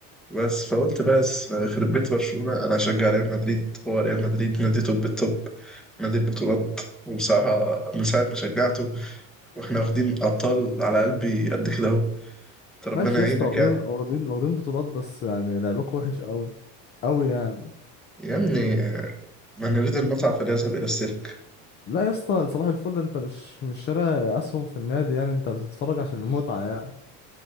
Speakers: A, in the centre; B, on the left (about 25°).
A: بس فقلت بس يخرب بيت برشلونة أنا هشجع ريال مدريد، هو ريال مدريد نادي توب التوب نادي البطولات وبصراحة من ساعة ما شجعته واحنا واخدين أبطال على قلبي قد كده أهو، أنت ربنا
B: ماشي يا
A: يعينك
B: اسطى واخدين
A: يعني،
B: واخدين واخدين بطولات بس يعني لعبك وحش قوي قوي يعني
A: يا ابني من يريد المتعة فليذهب إلى السيرك،
B: لا يا اسطى صباح الفل انت مش مش شاري اسهم في النادي يعني انت بتتفرج عشان المتعه يعني